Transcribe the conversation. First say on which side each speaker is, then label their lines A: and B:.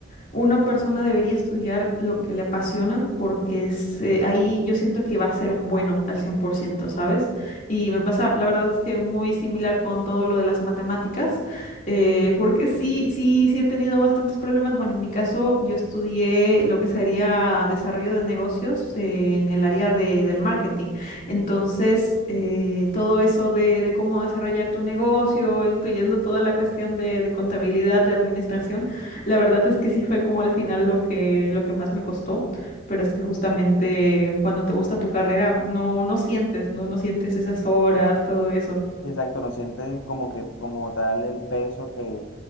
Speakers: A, on the left (about 40°); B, on the left (about 85°).
A: una persona debería estudiar lo que le apasiona porque se- ahí yo siento que va a ser bueno al cien por ciento ¿sabes? Y me pasa, la verdad es que muy similar con todo lo de las matemáticas, eh, porque sí, sí, sí he tenido bastantes problemas. Bueno, en mi caso yo estudié lo que sería desarrollo de negocios, eh, en el área de, del marketing. Entonces, eh, todo eso de, de cómo desarrollar tu negocio, incluyendo toda la cuestión de, de contabilidad, de administración. La verdad es que sí fue como al final lo que, lo que más me costó, pero es que justamente cuando te gusta tu carrera no, no sientes, no, no sientes esas horas, todo eso.
B: <laughs> Exacto, no sientes como que como tal el peso que